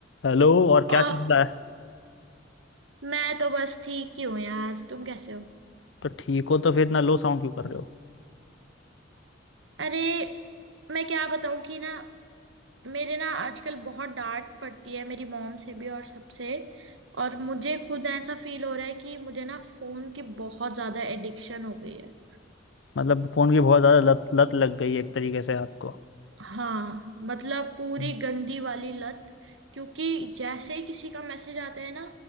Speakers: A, on the left; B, on the right.
A: Hello और क्या
B: ओह
A: चल रहा है
B: मैं तो बस ठीक ही हूँ यार तुम कैसे हो
A: तो ठीक हो तो फिर इतना लो साउंड क्यों कर रहे हो
B: अरे मैं क्या बताऊँ कि ना मेरे ना आजकल बहुत डांट पड़ती है मेरी मॉम से भी और सबसे और मुझे खुद ऐसा फील हो रहा है कि मुझे ना फोन की बहुत ज्यादा एडिक्शन हो गई है
A: मतलब फोन की बहुत ज्यादा लत लत लग गई है एक तरीके से आपको
B: हाँ मतलब पूरी
A: हम्म।
B: गंदी वाली लत क्योंकि जैसे ही किसी का मैसेज आता है ना